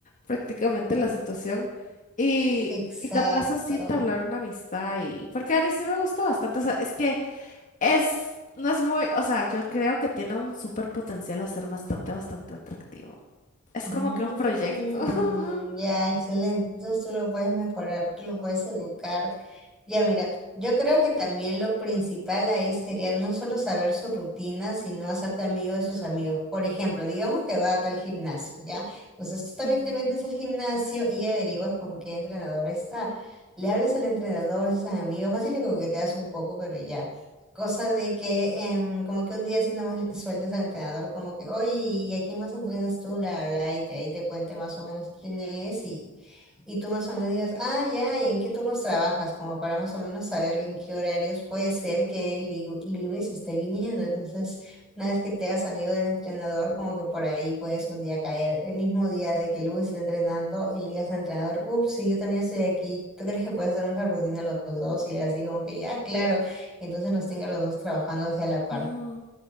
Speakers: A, on the left; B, in the centre.
A: prácticamente la situación y...
B: exacto.
A: Y capaz así entablar una amistad y... Porque a mí sí me gustó bastante. O sea, es que es, no es muy, o sea, yo creo que tiene un súper potencial a ser bastante, bastante atractivo. Es
B: Mm,
A: como que un proyecto. <laughs>
B: ya, excelente. Entonces tú lo puedes mejorar, tú lo puedes educar. Ya mira, yo creo que también lo principal ahí sería no solo saber su rutina, sino hacerte amigo de sus amigos. Por ejemplo, digamos que va a tal gimnasio, ¿ya? Entonces tú también
A: Ujú.
B: te metes al gimnasio y averiguas con qué entrenador está. Le hablas al entrenador, a sus amigos, fácil que coqueteas un poco, pero ya. Cosa de que em, como que un día así nomás le sueltas al entrenador como que, oye, ¿y a quién más entrenas tú? La, bla, bla", y te, ahí te cuente más o menos quién es y y tú más o menos digas, ah, ya, ¿y en qué turnos trabajas? Como para más o menos saber en qué horarios puede ser que Liu- Lewis esté viniendo. Entonces, una vez que te hagas amigo del entrenador, como que por ahí puedes un día caer, el mismo día de que Lewis esté entrenando y le digas al entrenador, ups, sí, yo también estoy aquí, ¿tú crees que puedes hacer una rutina los, los dos? Y él así como que, ya, claro, y entonces los tenga los dos trabajando hacia la par.
A: Ujú.